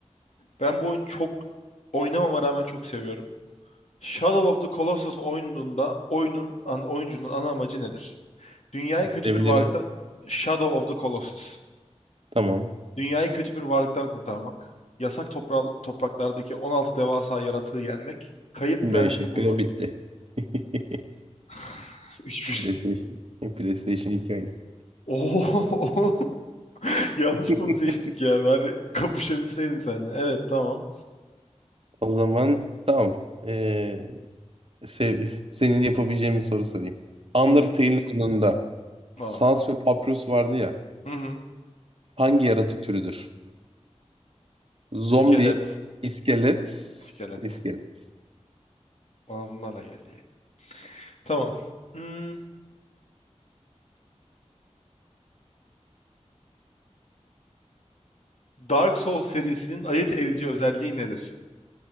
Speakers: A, on the left; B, on the right.
A: Ben bu oyunu çok oynamama rağmen çok seviyorum. Shadow of the Colossus oyununda oyunun an, oyuncunun ana amacı nedir? Dünyayı kötü
B: Evleri
A: bir varlıkta Shadow of the Colossus.
B: tamam.
A: Dünyayı kötü bir varlıktan kurtarmak, yasak topra topraklardaki 16 devasa yaratığı yenmek, kayıp
B: B
A: prensesi
B: şıkkı
A: bulmak.
B: bitti. <laughs>
A: <laughs> 3
B: PlayStation. PlayStation iki oyunu.
A: Oo, <laughs> yanlış
B: <laughs>
A: konu seçtik ya. Bari kapışabilseydim seninle. Evet, tamam.
B: O zaman tamam. Ee, sev- senin yapabileceğin bir soru sorayım. Undertale
A: Hı hı.
B: oyununda
A: Aa.
B: Sans ve Papyrus vardı ya.
A: Hı hı.
B: Hangi yaratık türüdür?
A: İskelet.
B: Zombi, iskelet,
A: İskelet.
B: iskelet.
A: Bana bunlarla geldi. Tamam. Hmm, Dark Souls serisinin ayırt edici özelliği nedir?